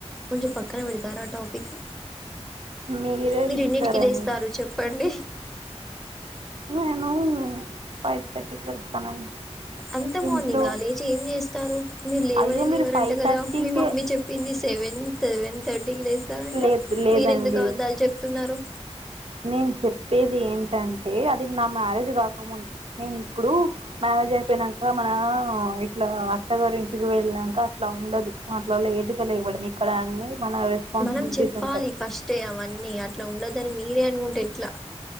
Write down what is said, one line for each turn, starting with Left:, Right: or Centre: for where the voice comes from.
Centre: కొంచెం పక్కన పెడతార ఆ టాపిక్
Right: మీరే
Centre: మీరు
Right: తీసారండి
Centre: ఎన్నింటికిీ లేేస్తారు చెప్పండి
Right: నేను ఫైవ్ థర్టీకి లేస్తానండి
Centre: అంత మార్నింగ్
Right: ఇంట్లో
Centre: ఆ లేచి ఏం చేస్తారు మీరు లేవనే
Right: అయ్యో మీరు
Centre: లేవరంట
Right: ఫైవ్
Centre: కదా
Right: థర్టీకే
Centre: మీ మమ్మీ చెప్పింది సెవెన్ సెవెన్ థర్టీకి లేస్తారంట
Right: లేదు లేదండి
Centre: మీర ఎందుకు అబద్ధాలు చెప్తున్నారు
Right: నేను చెప్పేది ఏంటంటే అది నా మ్యారేజ్ కాకముందు నేను ఇప్పుడు మ్యారేజ్ అయిపోయినాక మన ఇట్లా అత్తగారి ఇంటికి వెళ్ళినక అ ఇట్లా ఉండదు మనల లేటుగా లేవడం ఇక్కడ అన్ని మన రెస్పాన్సిబిలిటీస్
Centre: మనం చెప్పాలి
Right: ఉంటాయి
Centre: ఫస్టే అవన్నీ అట్లా ఉండొదన్ని మీరే అనుకుంటే ఎట్లా